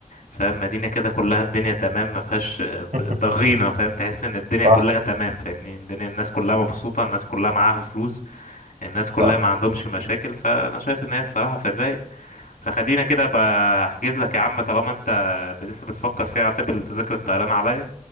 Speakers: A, on the left; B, on the right.
A: فاهم مدينة كده كلها الدنيا تمام ما فيهاش
B: <laughs>
A: ضغينة فاهم تحس إن الدنيا
B: صح
A: كلها تمام فاهمني الدنيا الناس كلها مبسوطة الناس كلها معاها فلوس الناس
B: صح
A: كلها ما عندهمش مشاكل فأنا شايف إن هي الصراحة في الرايق فخلينا كده بحجز لك يا عم طالما أنت لسه بتفكر فيها اعتبر تذاكر الطيران عليا